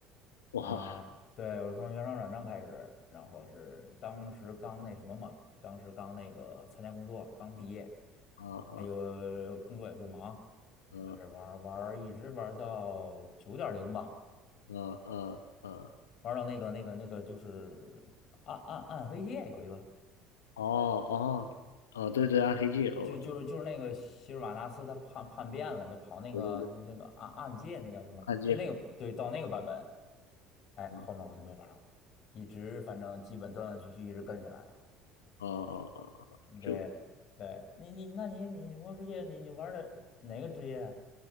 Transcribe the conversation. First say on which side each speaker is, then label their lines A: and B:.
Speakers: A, on the left; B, on the left.
A: 哇，
B: 啊，对，我从原生软装开始，然后是当时刚那什么嘛，当时刚那个参加工作，刚毕业，
A: 啊啊
B: 哎呦，工作也不忙，就开始玩儿玩儿一直玩儿到九点零吧，
A: 啊啊啊啊，
B: 玩儿到那个那个那个就是暗暗暗黑界有一个，
A: 哦哦哦，对对，暗黑界，哦，
B: 就就是就是那个希尔瓦纳斯他叛叛变了，
A: 我知道，
B: 他跑那个那那个暗暗界那叫什么？
A: 对对对，暗界，
B: 就那个对，到那个版本，哎，
A: 嗯，
B: 后面我就没玩儿一直反正基本断断续续一直跟下来。
A: 啊啊啊，啊就
B: 对对，你你那你你魔兽世界你你玩的哪个职业啊？